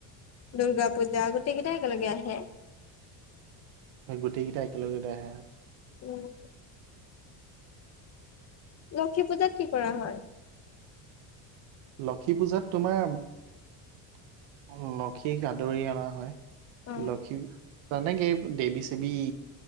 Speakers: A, on the left; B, on the right.
A: দুৰ্গা পূজা গোটেই কেইটা একেলগে আহে।
B: হয়, গোটেই কেইটা একেলগেতে আহে।
A: উম, লক্ষী পূজাত কি কৰা হয়?
B: লক্ষী পূজাত তোমাৰ লক্ষীক আদৰি অনা হয়।
A: অ',
B: লক্ষী তাৰ মানে কি দেৱী ছেবি